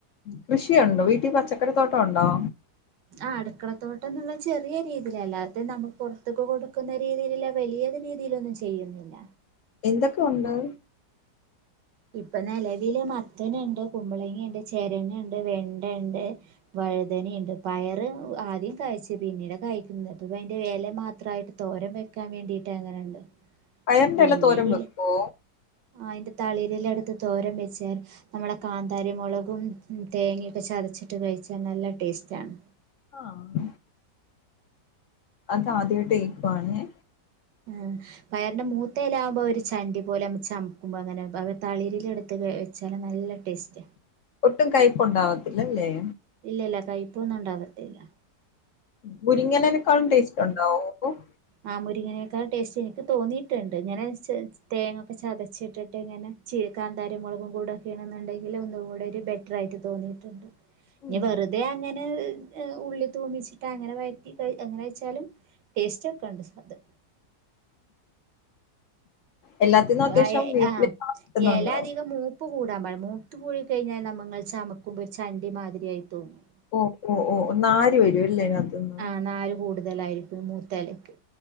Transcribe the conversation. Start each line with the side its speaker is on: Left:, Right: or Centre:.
Left: കൃഷിയുണ്ടോ വീട്ടി പച്ചക്കറിത്തോട്ടൊണ്ടോ?
Right: ആഹ് അടുക്കളത്തോട്ടംന്നുള്ള ചെറിയ രീതിയില് അല്ലാതെ നമ പൊർത്ത്ക്ക്‌ കൊടുക്കുന്ന രീതിയിലില്ല വെലിയത് രീതിയിലൊന്നും ചെയ്യുന്നില്ല
Left: എന്തൊക്കൊ ഉണ്ട്?
Right: ഇപ്പൊ നെലവിൽ മത്തന്ണ്ട് കുമ്പളങ്ങണ്ട് ചെരെങ്ങണ്ട് വെണ്ടെണ്ട് വഴുതനീണ്ട് പയറ് ആദ്യം കായ്ച്ച് പിന്നീട് കായിക്കുന്ന ഇപ്പ അയ്ന്റെ എല മാത്രായിട്ട് തോരം വെക്കാൻ വേണ്ടിട്ട് അങ്ങനണ്ട്
Left: <inaudible>
Right: പിന്നെ
Left: എല തോരൻ
Right: ഇല
Left: വെക്കോ
Right: അയ്ന്റെ തളിരില എട്ത്ത് തോരം വെച്ചാൽ ന്നമ്മളെ കാന്താരി മൊളകും തേങ്ങയൊക്കെ ചതച്ചിട്ട് കഴ്ച്ചാ ന്നല്ലെ ടേസ്റ്റാണ്.
Left: ആഹ് അതാദ്യയിട്ട് കേൾക്കുവാണേ.
Right: ഉം പയറിന്റെ മൂത്തേലാമ്പോ ഒരു ചണ്ടി പോലെമ്മ ചമക്കുമ്പോ അങ്ങനെ അവ തളിരില എടുത്ത്ക <unintelligible> ചല് ന്നല്ലെടേസ്-
Left: ഒട്ടും കയ്പ്പുണ്ടാവത്തില്ലല്ലേ?
Right: ഇല്ലല്ലാ കൈപ്പൊന്നും ഉണ്ടാവത്തില്ല.
Left: മുരിങ്ങലനെക്കാളും ടേസ്റ്റ്ഒണ്ടോ ഓഹു?
Right: ആഹ് മുരിങ്ങനെക്കൾ ടേസ്റ്റ്എനിക്ക് തോന്നിട്ടുണ്ട് ഇങ്ങനെ ചെ തേങ്ങൊക്കെ ചതച്ചിട്ടിട്ട് ഇങ്ങനെ ചീ കാന്താരിമൊളകും കൂടെക്കെണ്ന്ന്ണ്ടെങ്കി ഒന്നുകൂടെ ഒര് ബെറ്ററായിട്ട് തോന്നിട്ടുണ്ട്.
Left: ഉം
Right: ഞ്ഞി വെറുതെ അങ്ങനെ ഹ് ഉള്ളി തൂമിച്ചിട്ട് അങ്ങനെ വയ് ട്ടികയ് ‌ എങ്ങനെയ്ച്ചാലും ടേസ്റ്റ്കെണ്ട് സാദ്
Left: എല്ലാത്തിന്നും അത്യാവശ്യം
Right: അയെ
Left: വീട്ടില്
Right: ആ
Left: കിട്ടുന്നുണ്ടോ
Right: എല അധികം മൂ പ്പ് കൂടാൻ പാടി മൂത്ത് പൂയ് കയിഞ്ഞാൽ ന്നമ്മങ്ൾ ചമക്കുമ്പോ ചണ്ടിമാതിരിയായി തോന്നും.
Left: ഓഹ് ഓഹ് ഓ ന്നാര് വെരു അല്ലേ അതിനാത്തുന്ന്
Right: ആ നാര് കൂടുതലായിരിക്കും മൂത്താല്ക്ക്-